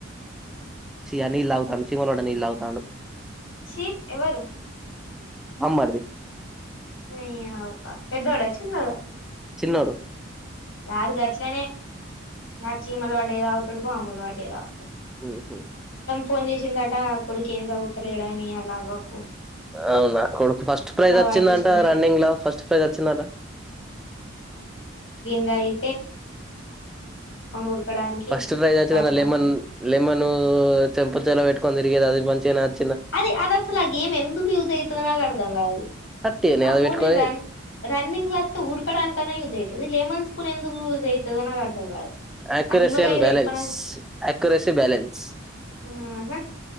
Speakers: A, in the centre; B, on the left.
A: ఛీ నీళ్ళు తాగుతాండు చీమల పడ్డ నీళ్ళు తాగుతాండు
B: ఛీ ఎవరు
A: మమ్మరిది
B: నీ అవ్వ పెద్దోడా చిన్నోడా
A: చిన్నోడు
B: వాడు గట్లనే నా చీమల <unintelligible>
A: మ్ హూ
B: ఫోన్ చేసిండట అ కొడుకు ఏం చదువుతలేడని ఆల్లవ్వకు
A: అవునా కొడుకు ఫస్ట్ ప్రైజ్ వచ్చిందంట
B: పట్టించుకుంటలేరు
A: రన్నింగ్ లో ఫస్ట్ ప్రైజ్ వచ్చిందట
B: యి ఉరకడానికి
A: ఫస్ట్ ప్రైజ్ <unintelligible>
B: పనికొత్తది
A: లెమన్ లెమన్ చెంప చెంవుల్ల పెట్టుకు కొందిరి <unintelligible> మంచి నా
B: అది అది అసలు ఆ గేమ్ ఎందుకు యూస్ అయితుదో నాకర్ధం కాదు
A: అట్టిగనే
B: ఆ
A: అది
B: పోనీ
A: పెట్టుకొని
B: రన్ రన్నింగ్ లా ఉ ఉరుకడానికన్నా యూస్ చేయచ్చు లెమన్స్ <unintelligible> స్పూనెందుకు యూజైతుదో నాకర్థం కాదు
A: ఎక్యురసీ
B: ఆ నిమ్మకాయ
A: అండ్ బాలన్స్
B: పెట్టుకొని
A: ఎక్యురసీ బ్యాలెన్స్
B: ఆహా